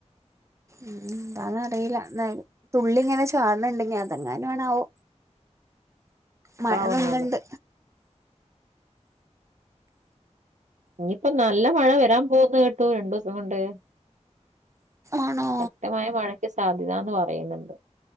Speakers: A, on the right; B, on the right.
A: ഉം എന്താന്നറീല്ല. ന്നായി തുള്ളി ഇങ്ങനെ ചാട്ണെങ്കി. അതെങ്ങാനാണാവോ
B: അതാവുന്നാല്
A: മഴ വന്ന്ണ്ട്
B: ഇഞ്ഞിപ്പം നല്ല മഴ വരാൻ പോക്ന്ന് കേട്ടു. രണ്ടുസം കൊണ്ട്
A: ആണോ
B: ശക്തമായ മഴയ്ക്ക് സാധ്യതാ ന്ന് പറയന്നുണ്ട്